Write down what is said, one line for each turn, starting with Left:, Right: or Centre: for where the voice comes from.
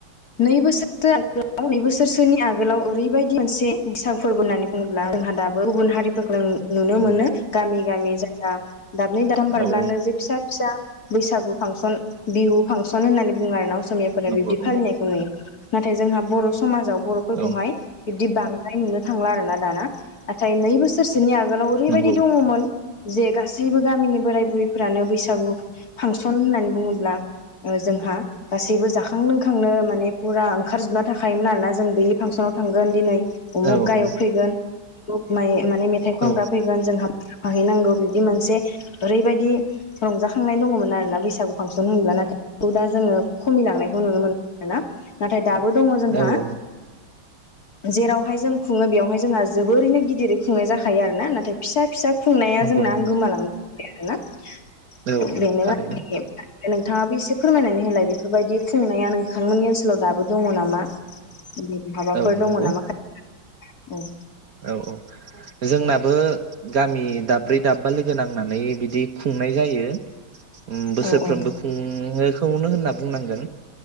Left: नै बोसोरसो आगोलाव नै बोसोरसोनि आगोलाव ओरैबायदि मोनसे बिसां फोरबो होननानै बुङोब्ला जोंहा दाबो गुबुन हारिफोरजों नुनो
Right: औ
Left: मोनो गामि गामि दा दाबनै दामथाम बारब्लानो
Right: औ औ
Left: जे फिसा फिसा बैसागु फांसन बिहु फांसन होननानै बुङो आरो न' असमियाफोरा
Right: नंगौ
Left: बिबदि
Right: नंगौ
Left: फालिनाय <unintelligible> नाथाय जोंहा बर' समाजाव बर'फोरखौहाय
Right: औ
Left: दि बांद्राय नुनो थांला आरो ना दाना नाथाय नै बोसोरसोनि आगो गोलाव ओरैबायदि
Right: नंगौ
Left: दङमोन जे गासैबो गामिनि बोराय बुरैफोरानो बैसागु फांसन होननानै बुङोब्ला जोंहा गासैबो जाखां लोंखांनो मा ने फुरा ओंखारजोबना थाखायो नालाय जों बे फांसनाव थांगोन दिनै उमुख
Right: औ औ
Left: गायक फैगोन। दख माय माने मेथाइ खनग्रा
Right: औ
Left: फैगोन जोंहा हैनांगौ बिबदि मोनसे ओरैबायदि रंजाखांनाय दङमोन आरोना बैसागु फांसन होनब्ला नाथाय दा जोङो खमिलांनायखौ नुनो मोन ना नाथाय दाबो दङ जोंहा।
Right: औ औ
Left: जेरावहाय जों खुङो बेवहाय जोंहा जोबोरैनो गिदिरै खुंनाय जाखायो आरो ना नाथाय फिसा फिसा खुंनाया
Right: नंगौ
Left: जोंनां
Right: नंगौ
Left: गोमालां <unintelligible>
Right: औ औ
Left: बेनो
Right: थारैनो
Left: <unintelligible> नोंथाङाबो एसे फोरमायनानै होलाय बेफोरबायदि खुंनाया नों थांमोननि ओनसाव दा बो दङ नामा बहाबाफोर
Right: औ
Left: दङ
Right: नंगौ
Left: नामा खा उम
Right: औ औ जोंना बो गामि दाब्रै दाबबा लोगो नांनानै बिदि खुंनाय जायो। उम बोसोरफ्रोमबो
Left: औ
Right: खुंङो। खौनो होनना बुंनांगोन